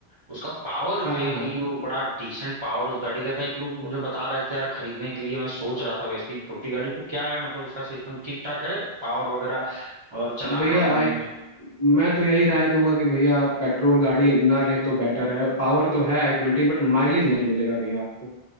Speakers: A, on the right; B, on the left.
A: उसका पावर
B: हाँ
A: जो है
B: हाँ
A: कि वो बड़ा डिसेंट पावर उस गाड़ी का था एक लोग मुझे बता रहे थे यार खरीदने के लिए मैं सोच रहा था वैसी छोटी गाड़ी तो क्या है मतलब उसका सिस्टम ठीक ठाक है पावर वगैरह और चलाने
B: भैया
A: वालाने
B: आई
A: में
B: मैं तो यही राय दूंगा कि भैया आप पेट्रोल गाड़ी ना लें तो बेटर है पावर तो है आई ट्वेंटी बट माइलेज नहीं मिलेगा भैया आपको